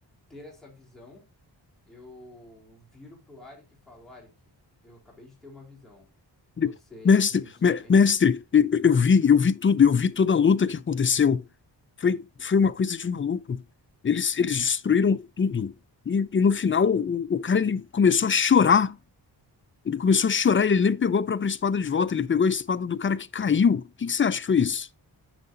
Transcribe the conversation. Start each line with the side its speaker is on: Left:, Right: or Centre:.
Centre: ter essa visão, eu viro pro Arik e falo, Arik, eu acabei de ter uma visão.
Left: Ele,
Centre: Você
Left: Mestre,
Centre: viu isso
Left: me-
Centre: também?
Left: mestre, eu, eu vi, eu vi tudo, eu vi toda a luta que aconteceu. Foi, foi uma coisa de maluco. Eles, eles destruíram tudo. E, e no final, o, o cara ele começou a chorar. Ele começou a chorar, ele nem pegou a própria espada de volta, ele pegou a espada do cara que caiu. O que que você acha que foi isso?